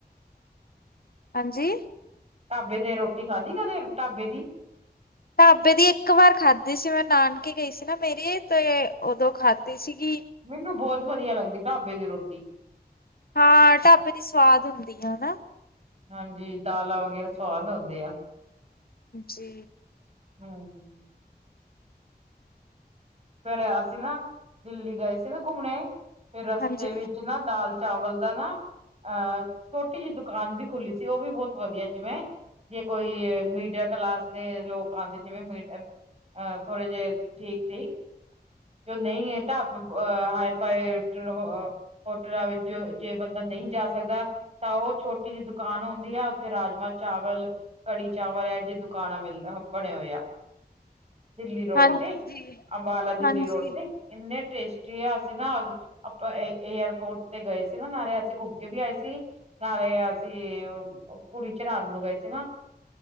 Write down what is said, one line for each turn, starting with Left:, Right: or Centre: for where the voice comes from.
Left: ਹਾਂਜੀ।
Right: ਢਾਬੇ ਤੇ ਰੋਟੀ ਖਾਧੀ ਕਦੇ ਢਾਬੇ ਦੀ।
Left: ਢਾਬੇ ਦੀ ਇੱਕ ਵਾਰ ਖਾਧੀ ਸੀ ਮੈਂ ਨਾਨਕੇ ਗਈ ਸੀ ਨਾ ਮੇਰੀ ਤੇ ਉਦੋਂ ਖਾਧੀ ਦੇਸੀ ਘੀ।
Right: ਮੈਨੂੰ ਬਹੁਤ ਵਧੀਆ ਲੱਗਦੀ ਢਾਬੇ ਦੀ ਰੋਟੀ।
Left: ਹਾਂ ਢਾਬੇ ਦੀ ਸਵਾਦ ਹੁੰਦੀ ਆ ਹਨਾ।
Right: ਹਾਂਜੀ ਦਾਲਾਂ ਵਗੈਰਾ ਸਵਾਦ ਹੁੰਦੀ ਆ।
Left: ਜੀ।
Right: ਹਾਂਜੀ। ਫੇਰ ਅਸੀਂ ਨਾ ਦਿੱਲੀ ਗਏ ਸੀ ਨਾ ਘੁੰਮਣੇ। ਫਿਰ ਰਸਤੇ
Left: ਹਾਂਜੀ
Right: ਵਿੱਚ ਨਾ ਦਾਲ ਚਾਵਲ ਦਾ ਨਾ। ਆ ਛੋਟੀ ਜੀ ਦੁਕਾਨ ਵੀ ਖੁੱਲੀ ਸੀ ਉਹ ਵੀ ਬਹੁਤ ਵਧੀਆ ਜਿਵੇਂ ਜੇ ਕੋਈ ਮੀਡਲ ਕਲਾਸ ਦੇ ਲੋਕ ਆਂਦੇ ਜਿਵੇਂ ਮੀਡਲ ਆ ਜਿਵੇਂ ਥੋੜੇ ਜੇ। ਠੀਕ ਠੀਕ ਜੋ ਨਹੀਂ ਐ ਤਾਂ ਅ ਹਾਈ ਫਾਈ <unintelligible> ਹੋਟਲਾਂ ਵਿੱਚ ਜੋ ਜੇ ਬੰਦਾ ਨਹੀਂ ਜਾ ਸਕਦਾ। ਤਾਂ ਓ ਛੋਟੀ ਜੀ ਦੁਕਾਨ ਹੁੰਦੀ ਆ ਉੱਥੇ ਰਾਜਮਾਂ ਚਾਵਲ ਕੜੀ ਚਾਵਲ ਦੀ ਦੁਕਾਨਾਂ ਮਿਲ ਬਣੇ ਹੋਏ ਆ ਦਿੱਲੀ ਰੋਡ
Left: ਹਾਂ
Right: ਤੇ
Left: ਜੀ
Right: ਅੰਬਾਲਾ। ਦਿੱਲੀ
Left: ਹਾਂਜੀ
Right: ਰੋਡ ਤੇ ਇੰਨੇ ਟੇਸਟੀ ਅਸੀਂ ਨਾ ਆਪਾਂ ਏ ਏਅਰਪੋਰਟ ਤੇ। ਗਏ ਸੀ ਨਾ ਨਾਲੇ ਅਸੀਂ ਘੁੰਮ ਕੇ ਵੀ ਆਏ ਸੀ ਨਾਲੇ ਅਸੀਂ ਕੁੜੀ ਚੜਾਨ ਨੂੰ ਗਏ ਸੀ ਨਾ।